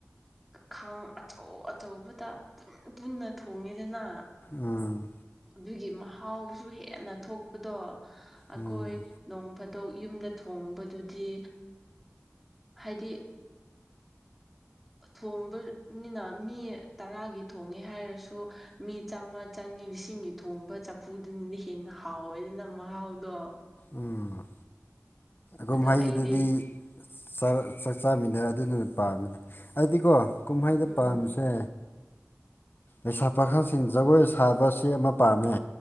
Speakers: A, in the centre; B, on the left.
A: ꯈꯥꯡ ꯑꯆꯧ ꯑꯆꯧꯕꯗ ꯄꯨꯟ ꯄꯨꯟꯅ ꯊꯣꯡꯉꯤꯗꯅ
B: ꯎꯝ
A: ꯑꯗꯨꯒꯤ ꯃꯍꯥꯎꯁꯨ ꯍꯦꯟꯅ ꯊꯣꯛꯄꯗꯣ ꯑꯩꯈꯣꯏ
B: ꯎꯝ
A: ꯅꯣꯡ ꯐꯥꯗꯣꯛ ꯌꯨꯝꯗ ꯊꯣꯡꯕꯗꯨꯗꯤ ꯍꯥꯏꯗꯤ ꯊꯣꯡꯕꯅꯤꯅ ꯃꯤ ꯇꯔꯥꯒꯤ ꯊꯣꯡꯉꯦ ꯍꯥꯏꯔꯁꯨ ꯃꯤ ꯆꯥꯝꯃ ꯆꯅꯤ ꯂꯤꯁꯤꯡꯒꯤ ꯊꯣꯡꯕ ꯆꯐꯨꯗꯨꯅꯗꯤ ꯍꯦꯟꯅ ꯍꯥꯎꯋꯦ ꯑꯗꯨꯅ ꯃꯍꯥꯎꯗꯣ
B: ꯎꯝ ꯀꯨꯝ
A: ꯑꯗꯣ
B: ꯍꯩꯗꯗꯤ
A: ꯑꯩꯗꯤ
B: ꯆꯥꯛ <unintelligible> ꯆꯥꯃꯤꯟꯅ ꯑꯗꯨꯅ ꯍꯦꯟꯅꯥ ꯄꯥꯝꯃꯤꯅꯦ ꯑꯩꯗꯤꯀꯣ ꯀꯨꯝꯍꯩꯗ
A: ꯎꯝ
B: ꯄꯥꯝꯃꯤꯁꯦ ꯂꯩꯁꯥ ꯄꯥꯈꯜꯁꯤꯡ ꯖꯒꯣꯏ ꯁꯥꯕꯁꯤ ꯑꯃ ꯄꯥꯝꯃꯦ